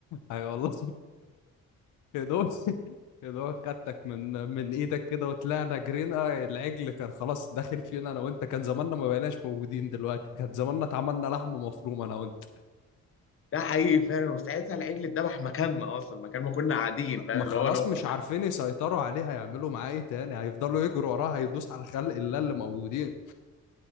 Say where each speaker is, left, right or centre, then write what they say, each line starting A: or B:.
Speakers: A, on the left; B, on the left.
A: اي والله يا دوب يا دوب خدتك من من ايدك كده وطلعنا جرينا العجل كان خلاص داخل فينا انا وانت كان زماننا ما بقيناش موجودين دلوقتي كان زماننا اتعملنا لحم مفروم انا وانت
B: ده حقيقي فعلا وساعتها العجل اتذبح مكاننا اصلا مكان ما كنا قاعدين فاهم
A: ما
B: اللي
A: خلاص
B: هو لو
A: مش
B: كنا
A: عارفين يسيطروا عليه هيعملوا معاه ايه تاني هيفضلوا يجروا وراه هيدوس على خلق الله اللي موجودين